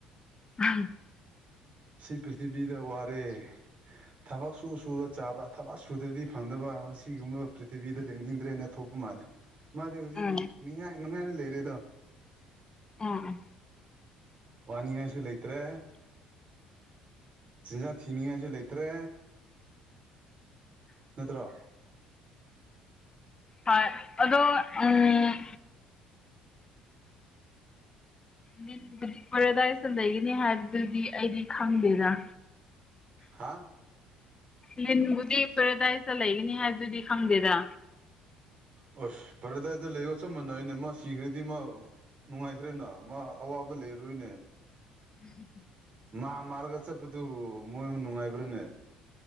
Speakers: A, on the left; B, on the right.
A: <unintelligible>
B: ꯁꯤ ꯄ꯭ꯔꯤꯊꯤꯕꯤꯗ ꯋꯥꯔꯦ ꯊꯕꯛ ꯁꯨ ꯁꯨꯔꯥ ꯆꯥꯕ ꯊꯕꯛ ꯁꯨꯗ꯭ꯔꯗꯤ ꯐꯪꯗꯕ ꯑꯁꯤꯒꯨꯝꯕ ꯄ꯭ꯔꯤꯊꯤꯕꯤꯗ ꯂꯩꯅꯤꯡꯗ꯭ꯔꯦꯅ ꯊꯣꯛꯄ ꯃꯥꯜꯂꯦ ꯃꯥꯗꯤ ꯍꯨꯖꯤꯛꯗꯤ
A: ꯎꯝ
B: ꯅꯨꯡꯉꯥꯏ ꯅꯨꯡꯉꯥꯏꯅ ꯂꯩꯔꯦꯗꯣ
A: ꯑꯥ ꯑꯥ
B: ꯋꯥꯅꯤꯡꯉꯥꯏꯁꯨ ꯂꯩꯇ꯭ꯔꯦ ꯆꯤꯟꯖꯥꯛ ꯊꯤꯅꯤꯡꯉꯥꯏꯁꯨ ꯂꯩꯇ꯭ꯔꯦ ꯅꯠꯇꯔꯣ
A: ꯍꯣꯏ ꯑꯗꯣ ꯎꯝ ꯂꯤꯟꯕꯨꯗꯤ ꯄꯦꯔꯦꯗꯥꯏꯁꯗ ꯂꯩꯒꯅꯤ ꯍꯥꯏꯕꯗꯨꯗꯤ ꯑꯩꯗꯤ ꯈꯪꯗꯦꯗ
B: ꯍꯥꯥ
A: ꯂꯤꯟꯕꯨꯗꯤ ꯄꯔꯗꯥꯏꯇ ꯂꯩꯒꯅꯤ ꯍꯥꯏꯕꯗꯨꯗꯤ ꯈꯪꯗꯦꯗ
B: ꯑꯣ ꯐꯔꯦ ꯇꯥꯏ ꯂꯩꯒꯁꯣ ꯃꯅꯅꯦ ꯃꯥ ꯁꯤꯈꯔꯤꯗꯤ ꯃꯥ ꯅꯨꯡꯉꯥꯏꯈ꯭ꯔꯦꯅ ꯃꯥ ꯑꯋꯥꯕ ꯂꯩꯔꯔꯣꯏꯅꯦ
A: ꯎ
B: ꯃꯥ ꯃꯥꯔꯒ ꯆꯠꯄꯗꯨ ꯃꯣꯏ ꯑꯃ ꯅꯨꯡꯉꯥꯏꯕ꯭ꯔꯥꯅꯦ